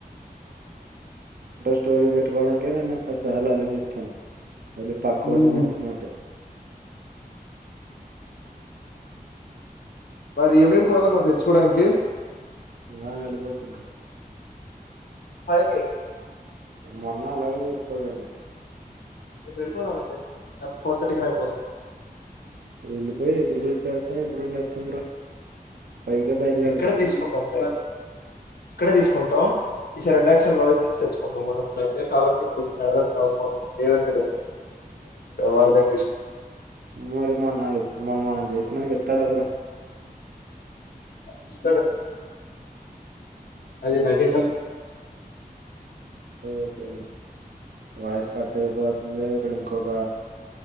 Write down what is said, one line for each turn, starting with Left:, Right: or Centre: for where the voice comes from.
Right: <unintelligible> పెట్టుకోవడానీకే నేను పది సార్లు ఆలోతితాను మళ్ళీ పక్కనున్న
Left: మ్మ్
Right: మనిషినొక్కటి
Left: మరి ఈవినింగ్ పోదామా తెచ్చుకోవడానికి
Right: రా ఏళ్లిపోవచ్చు బ్రో
Left: అవ్కాయ్
Right: మొన్న అలాగే <unintelligible>
Left: ఇప్పుడెలిపోదాం అబ్బాయ్ లేక్పోత్ ఫోర్ర్టీకన్నా వెళ్ళిపోదాం
Right: వెళ్ళిపో ఎప్పుడికి ఏకేస్తాం ఎప్పుడు వండేతం బ్రో పైకే బయలుదేరుతాం
Left: ఎక్కడ తీసుకుంటాం అంత ఇక్కడ తీసుకుంటాం ఈసారి రెడాక్షన్ లో తెచ్చుకుందాం మొన్నట్లయితే కాబట్టి ఇక్కడ నడవల్సిన అవసరం ఉంది దేవెందడు వాడ్ దగ్గర తీసుకుంటాం
Right: మరి మన మనం మనం చేసినానికి ఎస్తాడుబరా
Left: ఇస్తాడు అది నాకేసి
Right: ఓకే bro okay bro voice cut అయిపోతుంది ఇక్కడ ఇంకొక